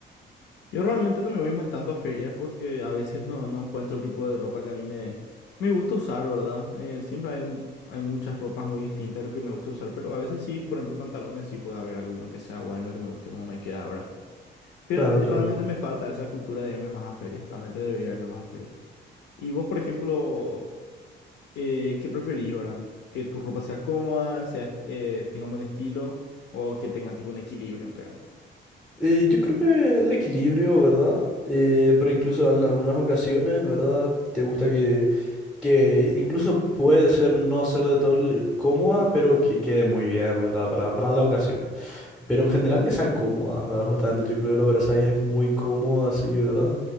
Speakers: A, on the left (about 65°); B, in the centre.
A: Yo realmente no me voy más tanto a ferias porque a veces no, no encuentro el tipo de ropa que a mí me, me gusta usar, ¿verdad? Eh, siempre hay, un- hay muchas ropas muy distintas de lo que me gusta usar, pero a veces sí, por ejemplo, pantalones sí puede haber alguno que sea bueno, que me guste como me queda ahora. Pero
B: Claro,
A: yo-
B: claro.
A: realmente me falta esa cultura de irme más a ferias, realmente debería irme más a ferias. Y vos, por ejemplo, eh, ¿qué preferís, verdad? ¿Que tu ropa sea cómoda, sea, eh, tenga un buen estilo o que tenga tipo un equilibrio entre ambos?
B: Eh, yo creo que el equilibrio, ¿verdad? Eh, pero incluso en algunas ocasiones, ¿verdad? Te gusta que, que incluso puede ser no ser de todo el- cómoda, pero que quede muy bien, ¿verdad? Para, para la ocasión. Pero en general que sean cómodas, ¿verdad? Justamente yo creo que el oversize es muy cómodo así, ¿verdad?